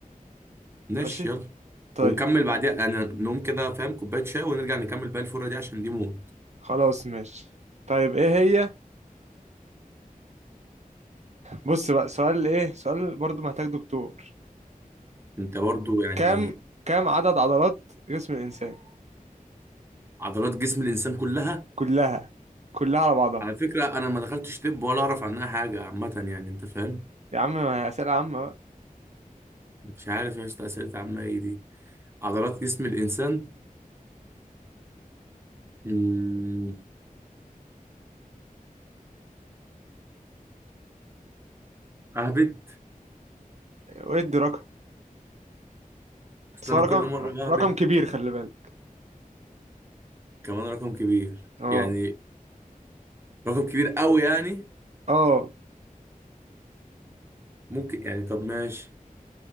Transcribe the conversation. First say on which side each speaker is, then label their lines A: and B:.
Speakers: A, on the right; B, on the right.
A: ماشي
B: ماشي
A: يلا
B: طيب
A: ونكمل بعديها أنا نقوم كده فاهم كوباية شاي ونرجع نكمل بقى الفرة دي عشان دي موت
B: خلاص ماشي طيب ايه هي بص بقى سؤال ايه سؤال برضو محتاج دكتور
A: أنت برضو يعني
B: كام كام عدد عضلات جسم الإنسان
A: عضلات جسم الإنسان كلها
B: كلها كلها على بعضها
A: على فكرة أنا ما دخلتش طب ولا أعرف عنها حاجة عامة يعني أنت فاهم
B: يا عم ما هي أسئلة عامة بقى.
A: مش عارف يا أسطى أسئلة عامة إيه دي عضلات جسم الإنسان مم، أهبد
B: وادي رقم
A: أصل
B: بس
A: أنا
B: هو رقم
A: كل مرة بهبد
B: رقم كبير خلي بالك
A: كمان رقم كبير
B: اه
A: يعني رقم كبير أوي يعني
B: اه
A: ممكن يعني طب ماشي